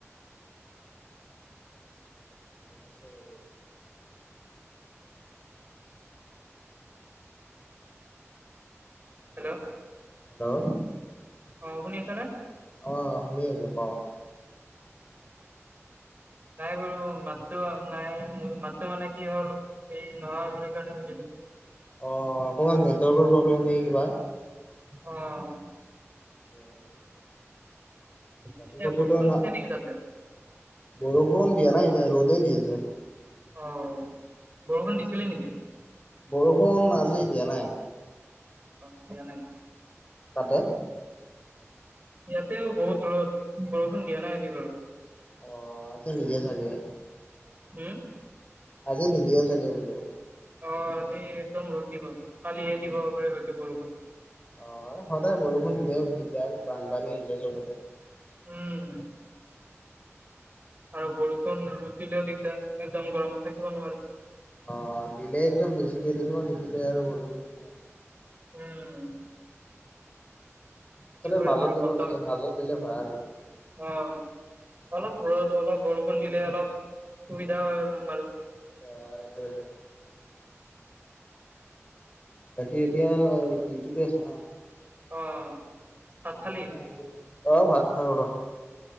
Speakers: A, on the left (about 25°); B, on the right (about 35°).
A: এ আছে আৰু।
B: হেল্ল'?
A: হেল্ল'?
B: অ'! শুনি আছানে?
A: অ'! শুনি আছোঁ, ক'? <inaudible>
B: নাই বাৰু মাতটো, নাই। মোৰ মাতটো মানে, কি হ'ল সি নোৱাৰোঁ বুলি ক'লে, সুধিলোঁ।
A: অ'! অকণমান নেটৱৰ্কৰ প্ৰব্লেম নে', কিবা?
B: অ'!
A: <inaudible> বাকী
B: পিছে,
A: ক'তোতো
B: বৰষুণ
A: না
B: দিছে নেকি তাতে?
A: বৰষুণ দিয়া নাই এতিয়া, ৰ'দেই দি আছে।
B: অ'!
A: মানে
B: বৰষুণ দিছিলে নেকি?
A: বৰষুণ, আজি দিয়া নাই।
B: অ দিয়া নাই ন'?
A: তাতে।
B: ইয়াতেও বহুত ৰ'দ! বৰষুণ দিয়া নাই আজি বাৰু।
A: অ'! আজি নিদিয়ে চাগে!
B: হে?
A: আজি নিদিয়ে চাগে, বোলে।
B: অ'! আজি একদম ৰ'দ দিব। কালিহে দিব পাৰে, হয়তো বৰষুণ।
A: অ'! সদায় বৰষুণ দিলেও দিগদাৰ, বানপানী হৈছে চবতে।
B: উম! আৰু বৰ ৰ'দ দিলেও দিগদাৰ, একদম গৰমত থাকিব নোৱাৰি!
A: অ'! দিলে একদম বেছিকে দিব, নিদিলে আৰু <unintelligible>
B: উম!
A: আচলতে,
B: কি কৰিম
A: মাজত
B: আৰু
A: দিব
B: বতৰ
A: লাগে মাজত, দিলে ভাল।
B: অ'! অলপ ঘৰত, অলপ বৰষুণ দিলে, অলপ সুবিধা হয় আৰু আমাৰো।
A: অ'! সেইটোৱেইটো। বাকী, এতিয়া ডিউটিতে আছ ন'?
B: অ'! ভাত
A: মানুহজনে
B: খালি
A: আহিলে। অ'! ভাত খাওঁ ৰ'।